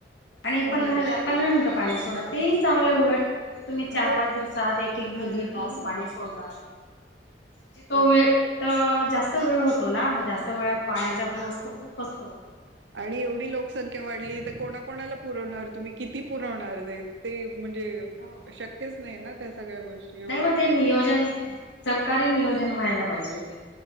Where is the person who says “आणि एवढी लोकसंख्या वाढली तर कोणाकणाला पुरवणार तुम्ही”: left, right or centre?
Right